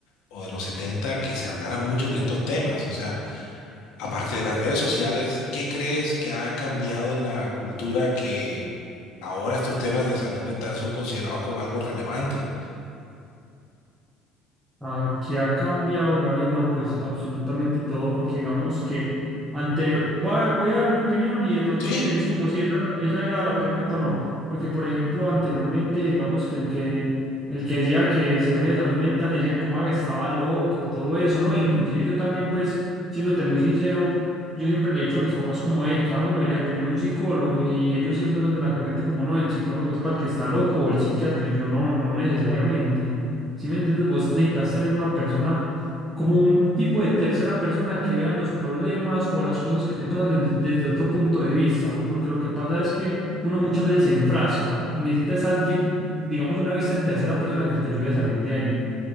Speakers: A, on the left; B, in the centre.
A: o de los 70 que se hablara mucho de estos temas. O sea, aparte de las redes sociales, ¿qué crees que ha cambiado en la cultura que ahora estos temas de salud mental son considerados como algo relevante?
B: Ah, ¿qué ha cambiado, Gabriel? No, pues absolutamente todo, porque digamos que anterior, voy a, voy a dar mi opinión y de pronto
A: Sí,
B: me decís como si esa, esa era la pregunta o no, porque por ejemplo, anteriormente, digamos que el que, el que decía que sufría de salud mental, le decían como "Ah, estaba loco, todo eso, ¿no? Inclusive yo también, pues, siéndote muy sincero, yo siempre le he dicho a mis papás como, hey, cada uno debería tener un psicólogo y ellos siempre son de la corriente como, no, el psicólogo es para el que está loco o el psiquiatra, y yo no, no necesariamente. Si me entiendes, vos necesitas tener una persona como un tipo de tercera persona que vea los problemas o las cosas que te pasan desde, desde otro punto de vista, porque lo que pasa es que uno muchas veces se enfrasca y necesitas a alguien, digamos, una vista en tercera persona que te ayude a salir de ahí.